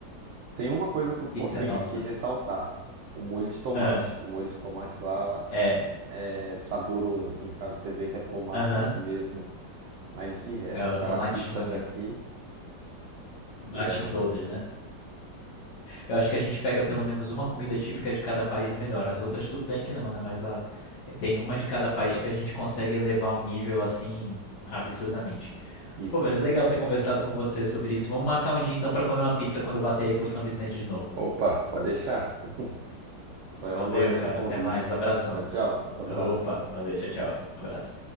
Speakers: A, on the right (about 60°); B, on the left (about 75°).
A: tem uma coisa que eu po-
B: Pizza
A: tenho
B: é nossa.
A: que ressaltar: o molho de tomate.
B: Ah,
A: O molho de tomate lá
B: é.
A: é saboroso, assim, sabe? Você vê que é tomate
B: Aham.
A: mesmo. Mas de resto,
B: É o
A: cara,
B: tomate
A: a pizza
B: esmagado.
A: daqui
B: Bate
A: leva.
B: em todas, né? Eu acho que a gente pega pelo menos uma comida típica de cada país e melhora. As outras tudo bem que não, né? Mas a, tem uma de cada país que a gente consegue elevar o nível assim absurdamente.
A: Isso.
B: Pô, velho, legal ter conversado com você sobre isso. Vamos marcar um dia então pra comer uma pizza quando eu bater aí por São Vicente de novo.
A: Opa, pode deixar. <laughs> Só
B: Valeu,
A: eu aguardando
B: cara.
A: o convite.
B: Até mais. Abração.
A: Tchau, tchau. Um Abraço.
B: Opa, valeu. Tchau, tchau. Abraço.